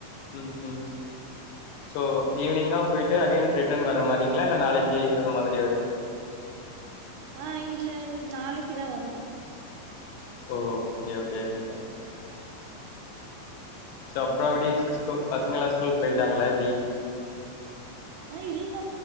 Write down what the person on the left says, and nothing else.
ம் ம் சோ ஈவினிங்கா போயிட்டு அகைன் ரிட்டர்ன் வர மாரிங்களா இல்ல நாளைக்கு அது மாதிரி
ஓ கே ஓகே சிஸ்டர் ச அப்புறொ எப்படி ஸு ஸ்கூ பசங்களா ஸ்கூலுக்கு போயிட்டாங்களா எப்டி